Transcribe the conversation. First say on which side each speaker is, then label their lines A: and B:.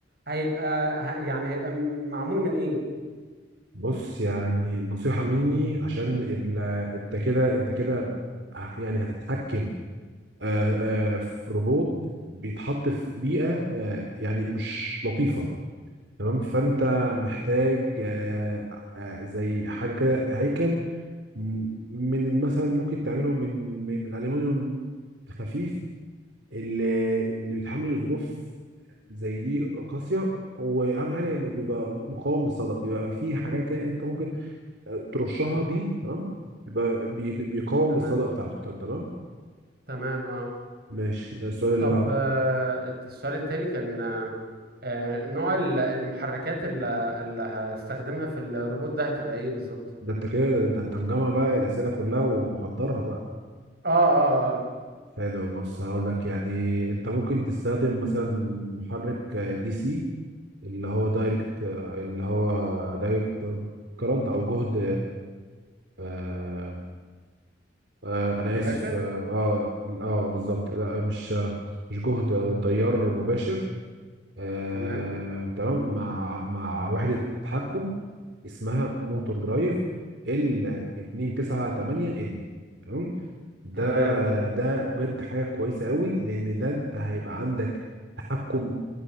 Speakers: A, on the right; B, on the right.
A: هيبقى ه- يعني هيبقى م- معمول من ايه
B: بص يعني نصيحه مني عشان ال- انت كده انت كده يعني هتتحكم آه، آه، في روبوت بيتحط في بيئة آه، يعني مش لطيفة تمام فأنت محتاج آه، آه، زي حاجة كده هيكل م- من مثلا ممكن تعمله من من الألمنيوم الخفيف اللي اللي بيتحمل ظروف زي دي قاسية وأهم حاجة إنه بيبقى مقاوم للصدأ بيبقى فيه حاجات كده أنت ممكن آه، ترشها بيه تمام بيبقى بي- بيقاوم
A: تمام
B: الصدأ بتاعته تمام
A: تمام اه
B: ماشي السؤال اللي
A: طب
B: بعده
A: آه، السؤال التاني كان آه، آه، نوع ال- المحركات اللي اللي هستخدمها في الروبوت ده هتبقى ايه بالظبط
B: ده انت كده ده انت مجمع بقى الاسئله كلها ومحضرها بقى
A: اه اه اه
B: حلو بص هقول لك يعني انت ممكن تستخدم مثلا محرك آه، دي سي اللي هو دايركت آه، اللي هو دايركت كرنت او جهد آه آه انا
A: مباشر
B: اسف اه اه آه، بالظبط لا مش آه، مش جهد آه، تيار مباشر آه
A: تمام
B: تمام مع مع وحده تحكم اسمها موتور درايف ال 298 ان تمام ده
A: تمام
B: ده بجد حاجة كويسة قوي لأن ده أنت هيبقى عندك تحكم